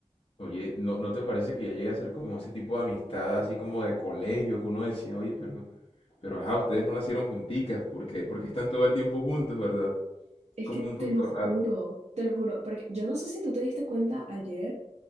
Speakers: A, on the left; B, on the right.
A: Oye, ¿no, no te parece que ya llega a ser como ese tipo de amistad, así como de colegio, que uno decía, oye, pero, pero ajá, ustedes no nacieron junticas, porque, porque están todo el tiempo juntos, ¿verdad?
B: Es
A: Como
B: que te
A: un poquito
B: lo juro,
A: raro.
B: te lo juro, porque yo no sé si tú te diste cuenta ayer